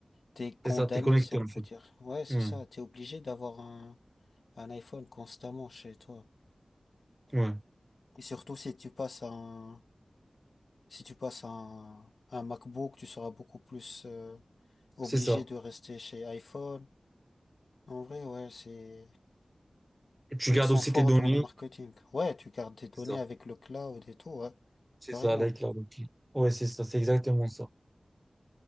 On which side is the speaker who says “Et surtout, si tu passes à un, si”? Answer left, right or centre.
Left